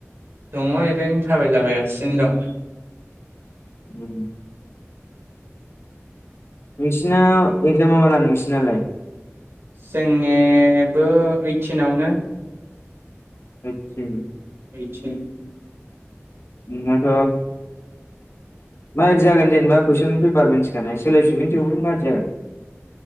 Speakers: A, on the right; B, on the left.
A: दङ ओरैनो थाबायलाबायगासिनो दं
B: उम नोंसिना एगजामा माला नोंसिनालाय?
A: जोंनियाबो ओइटिनावनो
B: ओइटिन
A: ओइटिन
B: नोंनाथ' मादि जागोन जेनेबा कुइसन पेपार मोनथिखानाय सोलायफिनगोन थेवबो मादि जागोन